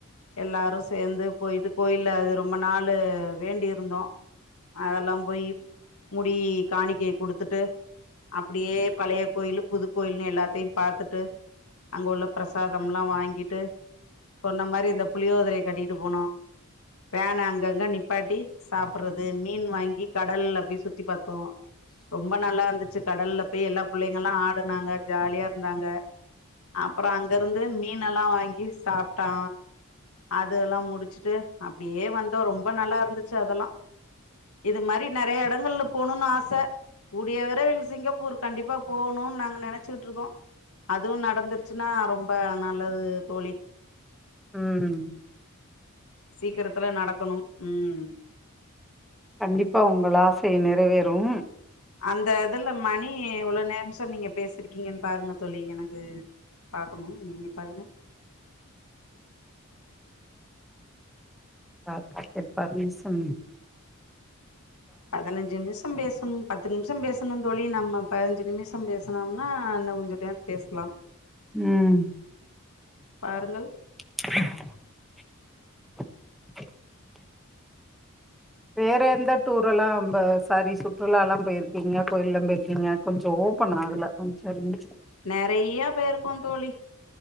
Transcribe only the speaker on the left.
எல்லாரும் சேர்ந்து போயிட்டு கோயில் அது ரொம்ப நாளு வேண்டிருந்தோ அதெல்லாம் போயி முடி காணிக்கை குடுத்துட்டு அப்படியே பழைய கோயிலு புது கோயில்னு எல்லாத்தையும் பாத்துட்டு அங்க உள்ள பிரசாதம் எல்லாம் வாங்கிட்டு சொன்ன மாதிரி இந்த புளியோதிரையை கட்டிட்டு போனோ வேண அங்கங்க நிப்பாட்டி சாப்பிடுறது மீன் வாங்கி கடல்ல சுத்தி பார்த்தோம் ரொம்ப நல்லா இருந் துச்சு கடல்ல போய் எல்லா பிள்ளைங்க எல்லாம் ஆடுனாங்க ஜாலியா இருந்தாங்க அப்புறம் அங்க இருந்து மீன் எல்லாம் வாங்கி சாப்பிட்டா அதெல்லாம் முடிச்சுட்டு அப்படியே வந்தோ ரொம்ப நல்லா இருந்துச்சு அதெல்லா இது மாதிரி நிறைய இடங்களல போணும்னு ஆசை கூடிய விரைவில் சிங்கப்பூர் கண்டிப்பா போகணும் நாங்க நினைச் ச்சிட்டு இருக்கோ அதுவும் நடந்துருச்சுன்னா ரொம்ப நல்லது தோழி
சீக்கிரத்துல நடக்கணும் உம்.
அந்த இதுல மணி எவ்வளவு நேரம் நிமிஷம் நீங்க பேசிருக்கீங்கன்னு பாருங்க தோழி எனக்கு பாக்கணும் நீங்க பாருங்க
பதினஞ்சு நிமிஷம் பேசணும் பத்து நிமிஷம் பேசணும்னு தோழி நம்ம பதினஞ்சு நிமிஷம் பேசனோம்னா இனகொஞ்ச டைம் பேசலாம்
பாருங்கள்.
நிறையா பேயிருக்கோ தோழி